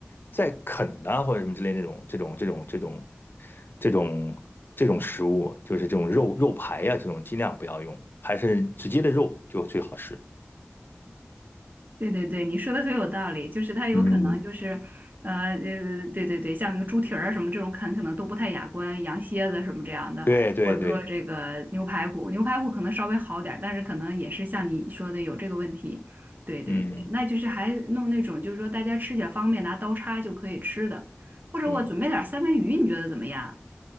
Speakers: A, on the left; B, on the right.
A: 在啃呐或者什么之类那种这种这种这种。这种这种食物，就是这种肉肉排呀、这种尽量不要用，还是直接的肉就最好吃。
B: 对对对，你说的很有道理，就是它有可能就是，
A: 嗯，
B: 呃呃，对对对，像个猪蹄儿啊什么这种啃，可能都不太雅观，羊蝎子什么这样的，
A: 对对对，
B: 或者说这个牛排骨，牛排骨可能稍微好点儿，但是可能也是像你说的有这个问题。对对对，
A: 嗯
B: 那就是还弄那种就是说大家吃起来方便，拿刀叉就可以吃的，或者我准备点儿三文鱼，
A: 嗯。
B: 你觉得怎么样？